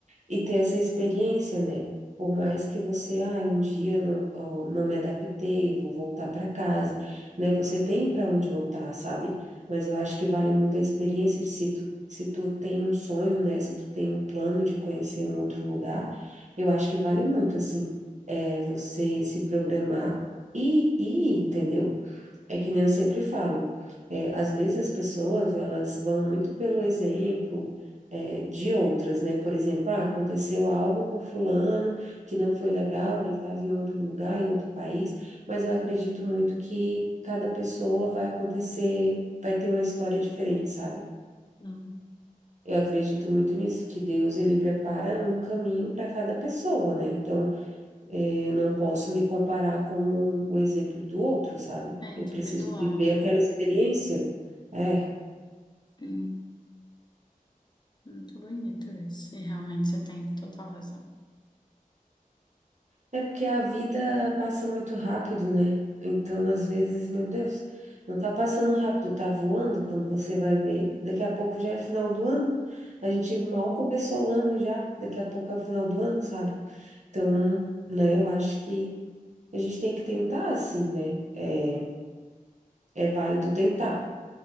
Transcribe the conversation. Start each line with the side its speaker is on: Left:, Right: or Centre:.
Right: E ter essa experiência, né? Por mais que você, ah, um dia não, ó, não me adaptei, eu vou voltar para casa, né? Você tem para onde voltar, sabe? Mas eu acho que vale muito a experiência de se tu, se tu tem um sonho, né? Se tu tem um plano de conhecer um outro lugar, eu acho que vale muito, assim, é, você se programar e e ir, entendeu? É que nem eu sempre falo, é, às vezes as pessoas, elas vão muito pelo exemplo, é, de outras, né? Por exemplo, ah, aconteceu algo com fulano que não foi legal, ele estava em outro lugar, em outro país, mas eu acredito muito que cada pessoa vai acontecer, vai ter uma história diferente, sabe?
Left: hum.
Right: Eu acredito muito nisso, que Deus, ele prepara um caminho para cada pessoa, né? Então, eu não posso me comparar com o, o exemplo do outro, sabe?
Left: É individual,
Right: Eu preciso viver
Left: né?
Right: aquela experiência. É,
Left: Sim. Muito bonito isso. E realmente você tem total razão.
Right: é porque a vida passa muito rápido, né? Então, às vezes, meu Deus, não tá passando rápido, tá voando quando você vai ver. Daqui a pouco já é final do ano. A gente mal começou o ano já, daqui a pouco é o final do ano, sabe? Então, né, eu acho que a gente tem que tentar assim, né? É, é válido tentar.